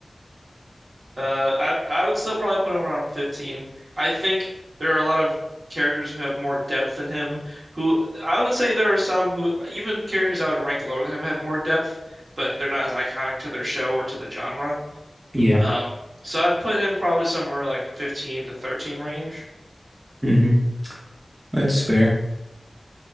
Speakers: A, on the right; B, on the right.
A: Uh, I I would still probably put him around 15. I think there are a lot of characters who have more depth than him. Who I would say there are some who even characters I would rank lower than him have more depth, but they're not as iconic to their show or to the genre.
B: Yeah.
A: Um, so I'd put him probably somewhere like 15 to 13 range.
B: hmm That's fair.